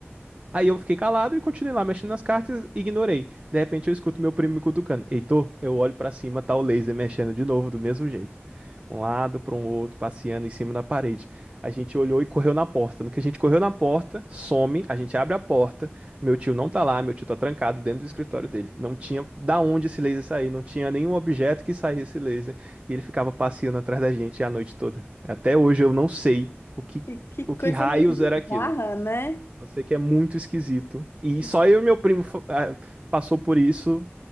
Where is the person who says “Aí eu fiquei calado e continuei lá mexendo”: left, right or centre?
Right